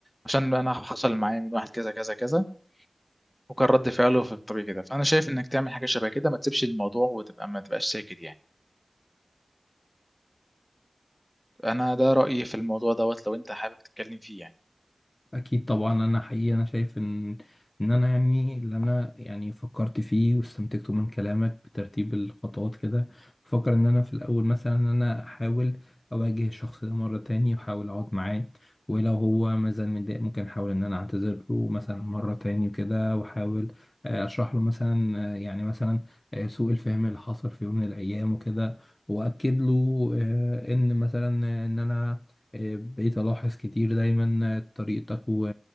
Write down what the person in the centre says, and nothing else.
عشان انا حصل معايا من واحد كذا كذا كذا وكان رد فعله في الطبيعي كده فانا شايف انك تعمل حاجه شبه كده ما تسيبش الموضوع وتبقى ما تبقاش ساكت يعني انا ده رايي في الموضوع دوت لو انت حابب تتكلم فيه يعني